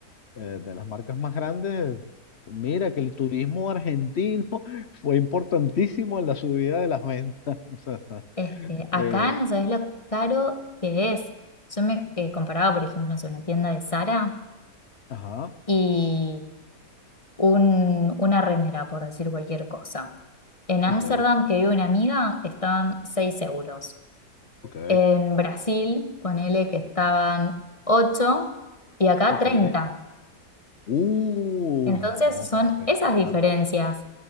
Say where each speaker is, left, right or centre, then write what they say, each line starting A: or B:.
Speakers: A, on the left (about 50°); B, on the left (about 20°).
A: eh, de las marcas más grandes, mira que el turismo argentino <laughs> fue importantísimo en la subida de las ventas. <laughs> O sea, está,
B: Este,
A: eh,
B: acá no sabes lo caro que es. Yo me eh, comparaba, por ejemplo, no sé, una tienda de Zara
A: ajá,
B: y un, una remera, por decir cualquier cosa. En Ámsterdam,
A: ok,
B: que vive una amiga, estaban 6 euros.
A: ok,
B: En Brasil, ponele que estaban 8 y acá
A: ok.
B: 30.
A: Uy,
B: Entonces
A: no,
B: son
A: pero es que
B: esas
A: claro.
B: diferencias,